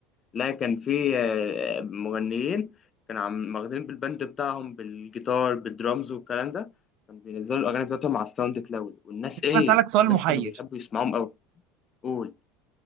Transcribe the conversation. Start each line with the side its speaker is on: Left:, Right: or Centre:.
Left: لا كان في آه، مغنيين كانوا عم واخدين بالبند بتاعهم بالجيتار بالدرامز والكلام ده كانوا بينزلوا الأغاني بتاعتهم على الساوند كلاود والناس إيه
Right: اسالك سؤال
Left: والناس
Right: محير
Left: كانوا بيحبوا يسمعوهم أوي قول